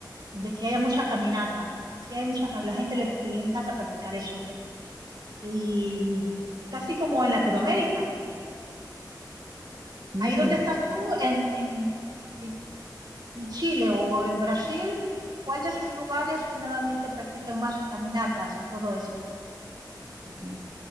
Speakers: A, on the right (about 60°); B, on the right (about 40°).
A: de que haya mucha caminata. Sí hay mucha, cam- la gente le, le encanta practicar eso. Y casi como en Latinoamérica.
B: ujú,
A: Ahí donde
B: ujú,
A: estás tú, en, en, en, en Chile o en Brasil, ¿cuál de esos lugares generalmente practican más caminatas y todo eso?
B: ujú.